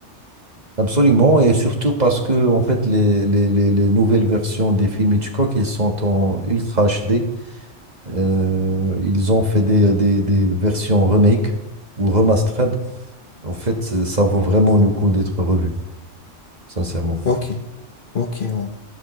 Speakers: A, on the right; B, on the left.
A: Absolument, et surtout parce que en fait les, les, les, les nouvelles versions des films Hitchcock, ils sont en Ultra HD. Euh, ils ont fait des, des, des versions remake ou remastered. En fait, ça ça vaut vraiment le coup d'être revu, sincèrement.
B: Ok, ok, ouais.